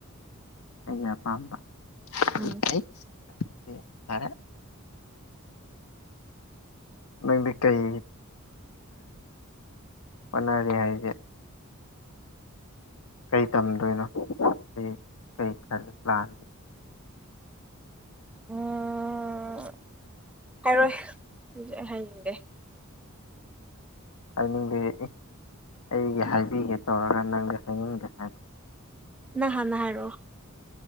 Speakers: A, on the left; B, in the centre.
A: ꯑꯩꯄꯥꯕꯔꯦ
B: ꯎꯝ
A: ꯅꯪꯗꯤ ꯀꯩ ꯍꯣ ꯍꯣꯠꯅꯔꯤ ꯍꯥꯏꯁꯦ ꯀꯩ ꯇꯝꯗꯣꯏꯅꯣ ꯀꯩ ꯀꯩ ꯈꯜꯂꯤ ꯄ꯭ꯂꯥꯟꯗꯤ
B: ꯑꯣ ꯍꯥꯏꯔꯣꯏ ꯍꯧꯛ ꯍꯥꯏꯅꯤꯡꯗꯦ
A: ꯍꯥꯏꯅꯤꯡꯕꯤꯔꯏ ꯑꯩꯒꯤ ꯍꯥꯏꯕꯤꯒꯦ ꯇꯧꯔꯒ ꯅꯪꯒ ꯍꯥꯏꯅꯤꯡꯒꯦ ꯍꯥꯏꯕ
B: ꯅꯍꯥꯟ ꯅ ꯍꯥꯏꯔꯣꯑꯣ